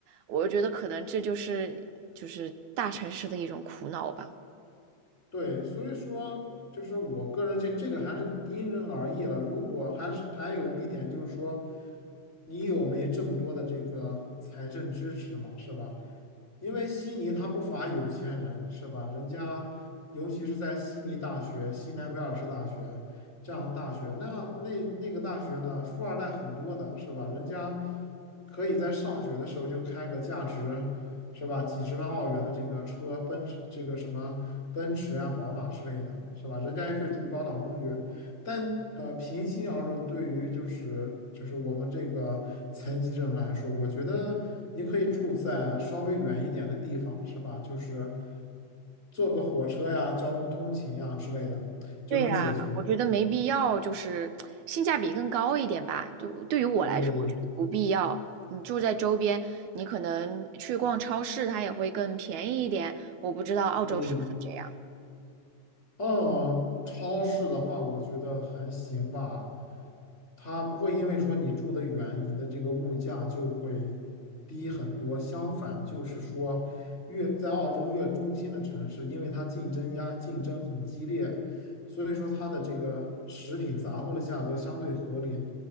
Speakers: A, on the right; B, on the left.
A: 我觉得可能这就是就是大城市的一种苦恼吧。
B: 对，所以说就是我个人见这个还是因人而异了。如果还是还有一点就是说，你有没这么多的这个财政支持嘛，是吧？因为悉尼它不乏有钱人，是吧？人家尤其是在悉尼大学、西南威尔士大学。这样的大学。那那那个大学呢，富二代很多的，是吧？人家可以在上学的时候就开个价值，是吧？几十万澳元的这个车，奔驰这个什么奔驰呀、宝马之类的，是吧？人家也可以住高档公寓，但。呃，平心而论，对于就是就是我们这个残疾人来说，我觉得你可以住在稍微远一点的地方，是吧？就是坐个火车呀、交通通勤呀之类的，就能解决。
A: 对呀，我觉得没必要，就是性价比更高一点吧。就对于我来说，
B: 对
A: 我觉得不必要。你住在周边，你可能去逛超市，它也会更便宜一点。我不知道澳洲是不是这样
B: 对，哦，嗯超市的话，我觉得还行吧，它不会因为说你住得远，你的这个物价就会低很多。相反，就是说越在澳洲越中心的城市，因为它竞争压竞争很激烈，所以说它的这个食品杂货的价格相对合理。